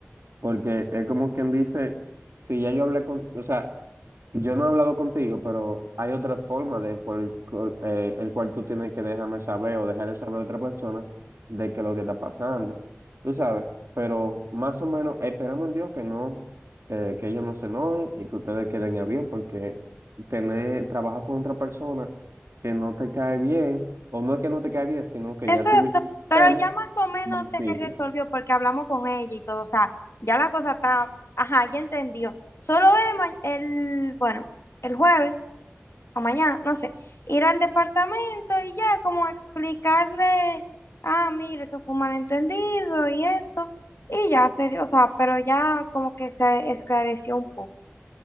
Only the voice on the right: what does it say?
Porque es como quien dice, si ya yo hablé con, o sea, yo no he hablado contigo, pero hay otra forma de por el, cual eh, el cual tú tienes que dejarme saber o dejarle saber a otra persona de que lo que está pasando. Tú sabes, pero más o menos esperamos en Dios que no, eh, que ellos no se enojen y que ustedes queden a bien, porque tener, trabajar con otra persona que no te cae bien, o no es que no te cae bien, sino que
ya tuviste un
tema
más difícil.